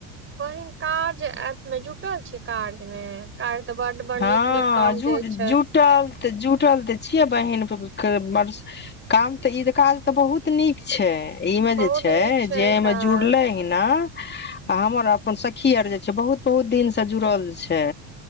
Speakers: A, on the right (about 25°); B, on the left (about 20°).
A: बहिन काज ऐप मे जुटल छियै कार्य मे कार्य तऽ बड बड़
B: हँ
A: नीक नीक काम
B: जुड़-जुटल
A: दै छै
B: तऽ जुटल तऽ छियै बहिन <unintelligible> काम तऽ ई काज तऽ बहुत नीक छै इ मे
A: बहुत
B: जे छै
A: नीक
B: जे एहिमे
A: काज
B: जुड़ले हइ ना आ हमर अपन सखी आर जे छै बहुत बहुत दिनसँ जुड़ल छै